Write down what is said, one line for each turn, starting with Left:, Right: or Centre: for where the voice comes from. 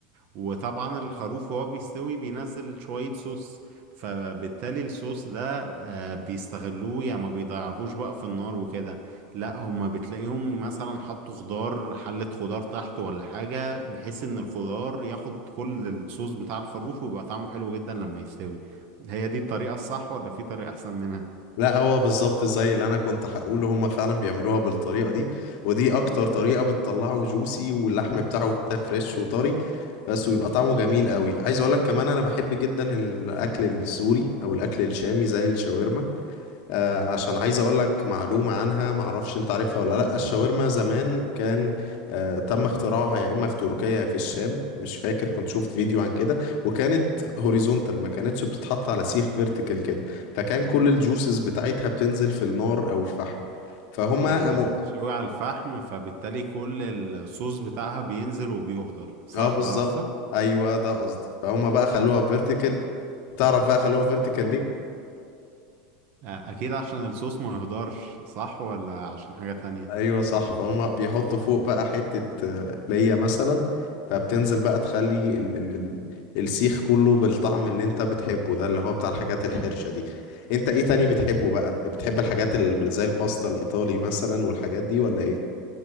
Right: وطبعا الخروف وهو بيستوي بينزل شوية صوص فبالتالي الصوص ده آه، بيستغلوه يعني ما بيضيعوهوش بقى في النار وكده لا هما بتلاقيهم مثلا حطوا خضار حلة خضار تحت ولا حاجة بحيث ان الخضار ياخد كل الصوص بتاع الخروف ويبقى طعمه حلو جدا لما يستوي هي دي الطريقة الصح ولا في طريقة احسن منها
Left: لا هو بالظبط زي اللي انا كنت هقوله هما فعلا بيعملوها بالطريقه دي ودي اكتر طريقه بتطلعه جوسي واللحم بتاعه كده فريش وطري بس ويبقى طعمه جميل قوي عايز اقولك كمان انا بحب جدا الاكل السوري او الاكل الشامي زي الشاورما آه، عشان عايز اقول لك معلومه عنها معرفش انت عارفها ولا لا الشاورما زمان كان آه، تم اختراعها يا اما في تركيا يا في الشام مش فاكر كنت شفت فيديو عن كده وكانت هوريزونتال ما كانتش بتتحط على سيخ فيرتيكال كده فكان كل الجوسز بتاعتها بتنزل في النار او الفحم فهما
Right: يعني كانت
Left: قاموا
Right: بتتشوي على الفحم فبالتالي كل الصوص بتاعها بينزل وبيهدر صح
Left: اه بالظبط
Right: ده قصدك
Left: ايوه ده قصدي فهما بقى خلوها فيرتيكال تعرف بقى خلوها فيرتيكال ليه
Right: آه، اكيد عشان الصوص ما يهدرش صح ولا عشان حاجة تانية
Left: ايوه صح فهم بيحطوا فوق بقى حتة آه، ليا مثلا فبتنزل بقى تخلي ال ال ال السيخ كله بالطعم اللي انت بتحبه ده اللي هو بتاع الحاجات الحرشة دي انت ايه تاني بتحبه بقى بتحب الحاجات اللي زي الباستا الايطالي مثلا والحاجات دي ولا ايه